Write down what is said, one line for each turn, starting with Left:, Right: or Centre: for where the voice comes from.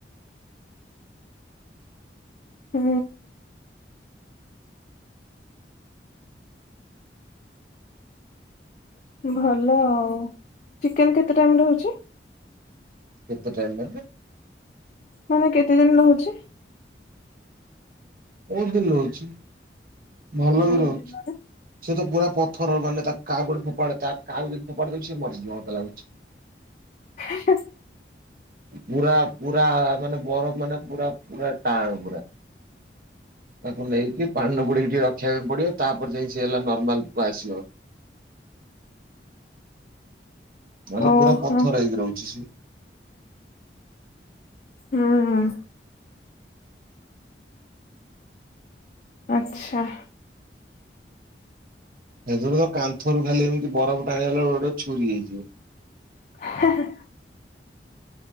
Left: <inaudible> ହୁଁ। ଭଲ ଆଉ ଚିକେନ କେତେ ଟାଇମ ରହୁଛି?
Right: କେତେ ଟାଇମ୍ ମାନେ?
Left: ମାନେ କେତେ ଦିନ ରହୁଛି?
Right: ବହୁତ ଦିନ ରହୁଛି ଭଲ
Left: ବହୁତ
Right: ବି ରହୁଛି
Left: ଦିନ।
Right: ସେ ତ ପୁରା ପଥର ମାନେ ତା କାକୁ ଗୋଟେ ଫୋପାଡ ତା କାକୁ ଗୋଟେ ଫୋପାଡି ଦଉଛି ସେ ମରିଯିବ ମୋତେ ଲାଗୁଛି।
Left: ହେଁ ହେଁ।
Right: ପୁରା ପୁରା ମାନେ ବରଫ ମାନେ ପୁରା ପୁରା ଟାଣ ପୁରା। ତାକୁ ନେଇକି ପାଣିରେ ବୁଡ଼ି ବୁଡ଼େଇକି ରଖିବା ପାଇଁ ପଡିବ ତାପରେ ଯାଇ ସେ ହେଲା ନର୍ମାଲକୁ ଆସିବ।
Left: <inaudible>
Right: ନହେଲେ
Left: ଓହୋ
Right: ପୁରା ପଥର ହେଇକି ରହୁଛି ସିଏ।
Left: ହୁଁ ହୁଁ। ଆଚ୍ଛା।
Right: ସେଥିରୁ ତ କାନ୍ଥରୁ ଖାଲି ଏମିତି ବରଫ ଟାଣିଗଲା ଗୋଟେ ଛୁରୀ ହେଇଯିବ।
Left: ହେହେ।